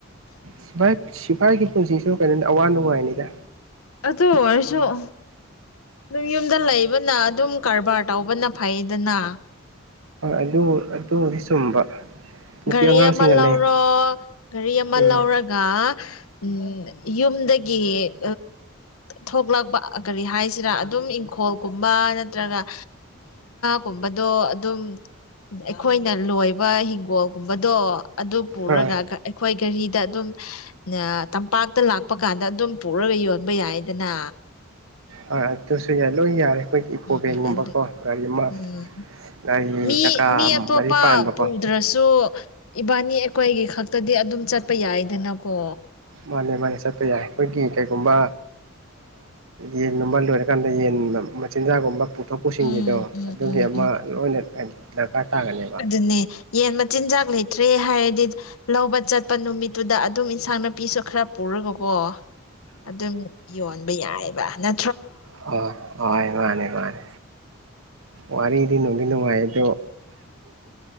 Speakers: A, on the right (about 70°); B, on the left (about 80°).
A: ꯁꯤꯐꯥꯏ ꯁꯤꯐꯥꯏꯒꯤ ꯄꯨꯟꯁꯤꯁꯨ ꯀꯩꯅꯣꯅꯤ ꯑꯋꯥ ꯅꯨꯡꯉꯥꯏꯅꯤꯗ
B: ꯑꯣ ꯑꯣꯏꯔꯁꯨꯣ ꯑꯗꯨꯝ ꯌꯨꯝꯗ ꯂꯩꯕꯅ ꯑꯗꯨꯝ ꯀꯔꯕꯥꯔ ꯇꯧꯕꯅ ꯐꯩꯗꯅ
A: ꯑꯗꯨ ꯑꯗꯨꯣꯗꯤ ꯆꯨꯝꯕ ꯅꯨꯄꯤ
B: ꯘꯔꯤ
A: ꯑꯉꯥꯡꯁꯤꯡꯒ
B: ꯑꯃ ꯂꯧꯔꯣ
A: ꯂꯩ
B: ꯘꯔꯤ ꯑꯃ
A: ꯎꯝ
B: ꯂꯧꯔꯒ ꯎꯝ ꯌꯨꯝꯗꯒꯤ ꯊꯣꯛꯂꯛꯄ ꯀꯔꯤ ꯍꯥꯏꯁꯤꯔ ꯑꯗꯨꯝ ꯏꯪꯈꯣꯜꯒꯨꯝꯕ ꯅꯠꯇ꯭ꯔꯒꯟ ꯒꯨꯝꯕꯗꯣ ꯑꯗꯨꯝ ꯑꯩꯈꯣꯏꯅ ꯂꯣꯏꯕ ꯍꯤꯡꯒꯣꯜ ꯨꯝꯕꯗꯣ ꯑꯗꯨ ꯄꯨꯔꯒ
A: ꯍꯣꯏ
B: ꯑꯩꯈꯣꯏ ꯘꯔꯤ ꯗ ꯑꯗꯨꯝ ꯇꯝꯄꯥꯛꯇ ꯂꯥꯛꯄ ꯀꯥꯟꯗ ꯑꯗꯨꯝ ꯄꯨꯔꯒ ꯌꯣꯟꯕ ꯌꯥꯏꯗꯅ
A: ꯍꯣꯏ ꯑꯗꯨꯁꯨ ꯌꯥꯏ ꯂꯣꯏ ꯌꯥꯔꯦ ꯑꯩꯈꯣꯏꯒꯤ ꯏꯀꯣ
B: ꯎꯝ
A: ꯚꯦꯟꯒꯨꯝꯕꯀꯣ
B: ꯑꯗꯨ
A: ꯒꯥꯔꯤ ꯑꯃ
B: ꯎꯝ
A: ꯒꯥꯔꯤ
B: ꯃꯤ
A: ꯆꯀꯥ
B: ꯃꯤ
A: ꯃꯔꯤ
B: ꯑꯇꯣꯞꯄ
A: ꯄꯥꯟꯕꯀꯣ
B: ꯄꯨꯗ꯭ꯔꯁꯨ ꯏꯕꯥꯅꯤ ꯑꯩꯈꯣꯏꯒꯤ ꯈꯛꯇꯗꯤ ꯑꯗꯨꯝ ꯆꯠ ꯆꯠꯄ ꯌꯥꯏꯗꯅꯀꯣ
A: ꯃꯥꯅꯦ ꯃꯥꯅꯦ ꯆꯠꯄ ꯌꯥꯏ ꯑꯩꯈꯣꯏꯒꯤ ꯀꯩꯒꯨꯝꯕ ꯌꯦꯟꯒꯨꯝꯕ ꯂꯣꯏꯔꯀꯥꯟꯗ ꯌꯦꯟ ꯃꯆꯤꯟꯖꯥꯛꯒꯨꯝꯕ ꯊꯄꯨ ꯁꯤꯡꯗꯣ
B: ꯎꯝ ꯎꯝ
A: ꯑꯗꯨꯒꯤ
B: ꯎꯝ
A: ꯑꯃ
B: ꯎꯝ
A: ꯂꯣꯏꯅ ꯗꯔꯀꯥꯔ ꯇꯥꯒꯅꯦꯕ
B: ꯑꯗꯨꯅꯦ ꯌꯦꯟ ꯃꯆꯤꯟꯖꯥꯛ ꯂꯩꯇ꯭ꯔꯦ ꯍꯥꯏꯔꯗꯤ ꯂꯧꯕ ꯆꯠꯄ ꯅꯨꯃꯤꯠꯇꯨꯗ ꯑꯗꯨꯝ ꯏꯟꯁꯥꯡ ꯅꯥꯄꯤꯁꯨ ꯈꯔ ꯄꯨꯔꯒꯀꯣ ꯑꯗꯨꯝ ꯌꯣꯟꯕ ꯌꯥꯏꯑꯕ ꯅ
A: ꯍ ꯃꯥꯅꯤ ꯃꯥꯅꯤ ꯋꯥꯔꯤꯗꯤ ꯅꯅꯨꯡꯗ ꯅꯅꯨꯡꯉꯥꯏꯗꯣ